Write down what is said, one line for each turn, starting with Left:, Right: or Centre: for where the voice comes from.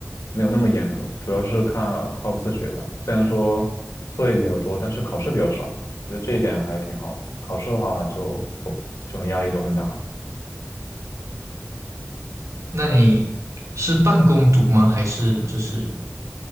Left: 没有那么严格，主要是靠靠自学吧。虽然说作业比较多，但是考试比较少，我觉得这一点还挺好的。考试的话就不就很压力就很大。
Right: 那你是半工读吗？还是就是